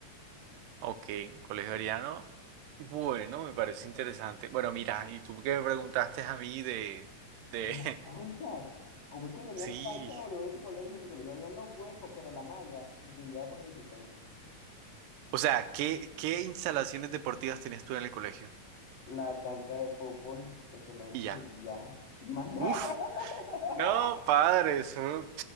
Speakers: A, on the right; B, on the left.
A: Ok, colegio ariano. Bueno,
B: Colegio Ariano.
A: me parece interesante. Bueno, mira, y tú que me preguntaste a mí de, de,
B: Y las canchas. ¿Cómo es que tenías
A: <laughs>
B: cancha de
A: sí.
B: voleibol en tu colegio? En mi colegio había los huecos, pero la malla brillaba por su existencia.
A: O sea, ¿qué, qué instalaciones deportivas tenías tú en el colegio?
B: La cancha de fútbol de cemento
A: Y ya.
B: y ya. Y más nada.
A: Uf.
B: <laughs>
A: No, padre, eso.